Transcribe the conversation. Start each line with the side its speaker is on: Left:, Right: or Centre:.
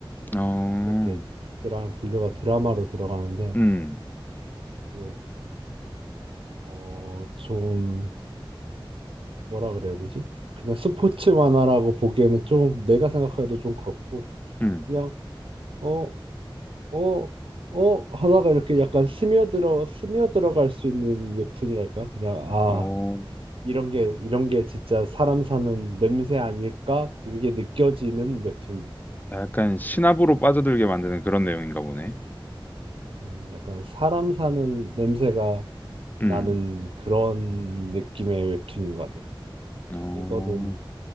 Left: 어,
Right: 이렇게 드라마 분류가 드라마로 들어가는데
Left: 음,
Right: 그, 어, 좀 뭐라 그래야 되지? 그냥 스포츠 만화라고 보기에는 좀 내가 생각해도 좀 그렇고
Left: 음,
Right: 그냥 어, 어, 어 하다가 이렇게 약간 스며들어 스며들어갈 수 있는 웹툰이랄까? 그냥 아
Left: 어,
Right: 이런 게 이런 게 진짜 사람 사는 냄새 아닐까? 그게 느껴지는 웹툰.
Left: 약간 신압으로 빠져들게 만드는 그런 내용인가 보네.
Right: 음, 약간 사람 사는 냄새가 나는
Left: 음,
Right: 그런 느낌의 웹툰인 것 같아.
Left: 어,
Right: 이거는